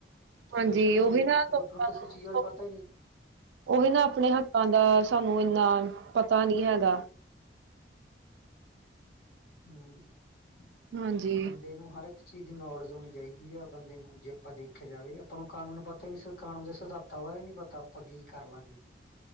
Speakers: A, on the right; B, on the left.
A: ਹਾਂਜੀ
B: ਸੋਸ਼ਣ ਹੀ
A: ਓਹੀ
B: ਹੋਣੇ
A: ਨਾ
B: ਜਦੋਂ
A: ਲੋਕਾਂ
B: ਆਪਾਂ ਕਿਸੇ
A: ਨੂੰ
B: ਚੀਜ਼ ਬਾਰੇ ਪਤਾ ਹੀ ਨਹੀਂ
A: ਓਹੀ ਨਾ ਆਪਣੇ ਹੱਕਾਂ ਦਾ ਸਾਨੂੰ ਇੰਨਾ ਪਤਾ ਨੀ ਹੈਗਾ।
B: ਹੁਂ।
A: ਹਾਂਜੀ,
B: ਬੰਦੇ ਨੂੰ ਹਰੇਕ ਚੀਜ਼ ਦੀ ਨੌਲੇਜ ਹੋਣੀ ਚਾਹੀਦੀ ਆ ਬੰਦੇ ਨੂੰ ਜੇ ਆਪਾਂ ਦੇਖਿਆ ਜਾਵੇ ਆਪਾਂ ਨੂੰ ਕਾਨੂੰਨ ਪਤਾ ਈ ਨੀ ਕਾਨੂੰਨ ਦੇ ਸਿਧਾ ਤਾਂ ਬਾਰੇ ਈ ਨੀ ਪਤਾ। ਆਪਾਂ ਕੀ ਕਰ ਲਾਂਗੇ?